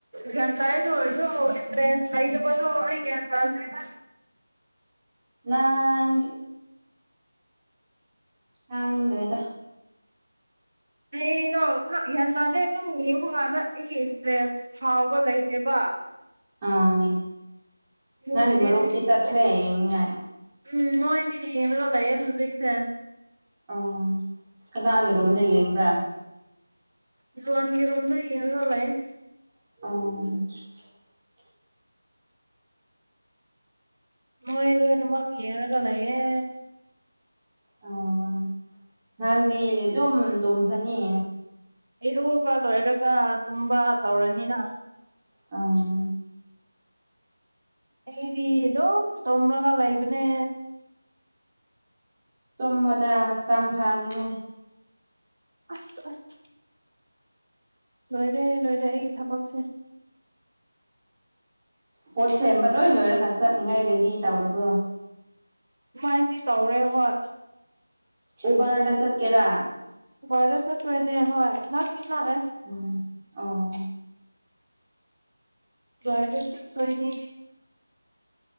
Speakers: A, on the right; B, on the right.
A: ꯒ꯭ꯌꯥꯟ ꯇꯔꯁꯨ ꯑꯣꯏꯁꯨ ꯃꯨꯛ ꯏꯟꯇ꯭ꯔꯦꯁ ꯂꯩꯇꯕꯗꯨ ꯑꯩ ꯒꯌꯥꯟ ꯇꯥꯗ꯭ꯔꯦꯗ
B: ꯅꯪ ꯈꯪꯗ꯭ꯔꯦꯗ
A: ꯀꯩꯅꯣ ꯍ ꯒ꯭ꯌꯥꯟ ꯇꯥꯗꯦ ꯑꯗꯨꯝ ꯌꯦꯡꯕꯀꯥꯟꯗ ꯑꯩꯒꯤ <inaudible> ꯐꯥꯎꯕ ꯂꯩꯇꯦꯕ
B: ꯑꯥ
A: ꯑꯗꯨꯒꯤꯅꯦꯗ
B: ꯅꯪꯒꯤ ꯃꯔꯨꯞꯇꯤ ꯆꯠꯈ꯭ꯔꯦ ꯌꯦꯡꯅꯤꯉꯥꯏ
A: ꯎꯝ ꯃꯣꯏꯗꯤ ꯌꯦꯡꯂꯒ ꯂꯩꯌꯦ ꯍꯧꯖꯤꯛꯁꯦ
B: ꯑꯣ ꯀꯅꯥꯒꯤ ꯔꯨꯝꯗ ꯌꯦꯡꯕ꯭ꯔꯥ
A: ꯖꯋꯥꯟꯒꯤꯔꯨꯝꯗ ꯌꯦꯡꯉꯒ ꯂꯩ
B: ꯑꯥ
A: ꯃꯣꯏ ꯂꯣꯏꯅꯃꯛ ꯌꯦꯡꯉꯒ ꯂꯩꯌꯦ
B: ꯑꯥ ꯅꯪꯗꯤ ꯑꯗꯨꯝ ꯇꯨꯝꯈꯔꯅꯤ
A: ꯏꯔꯨꯕ ꯂꯣꯏꯔꯒ ꯇꯨꯝꯕ ꯇꯧꯔꯅꯤꯅ
B: ꯑꯥ
A: ꯑꯩꯗꯤꯗꯨꯝ ꯇꯨꯝꯔꯒ ꯂꯩꯕꯅꯦ
B: ꯇꯨꯝꯃꯣꯗ ꯍꯛꯆꯥꯡ ꯐꯅꯤꯡꯉꯥꯏ
A: ꯑꯁ ꯑꯁ ꯂꯣꯏꯔꯦ ꯂꯣꯏꯔꯦ ꯑꯩꯒꯤ ꯊꯕꯛꯁꯦ
B: ꯄꯣꯠ ꯁꯦꯝꯕ ꯂꯣꯏ ꯂꯣꯏꯔꯒ ꯆꯠꯅꯤꯉꯥꯏ ꯔꯦꯗꯤ ꯇꯧꯔꯕ꯭ꯔꯣ
A: ꯗꯨꯃꯥꯏꯅꯗꯤ ꯇꯧꯔꯦ ꯍꯣꯏ
B: ꯎꯕꯔꯗ ꯆꯠꯀꯦꯔ
A: ꯋꯥꯏꯔ ꯆꯠꯇꯣꯏꯅꯦ ꯍꯣꯏ ꯅꯛꯇꯤ ꯅꯛꯑꯦ
B: ꯎꯝ ꯑꯣ
A: ꯎꯕꯔꯗ ꯆꯠꯇꯣꯏꯅꯦ